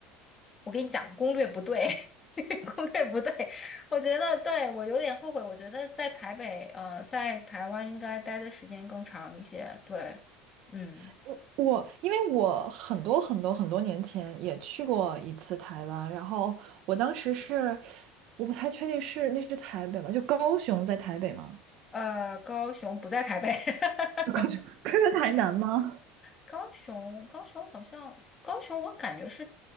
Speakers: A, on the left; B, on the right.
A: 我跟你讲，攻略不对。<laughs> 攻略不对，我觉得对我有点后悔，我觉得在台北，呃，在台湾应该待的时间更长一些。对，嗯，
B: <laughs> 我我因为我很多很多很多年前也去过一次台湾，然后我当时是我不太确定是那是台北吗？就高雄在台北吗？
A: 呃，高雄不在台北，<laughs>
B: <laughs> 高雄，<laughs> 台南吗？
A: 高雄，高雄好像，高雄我感觉是，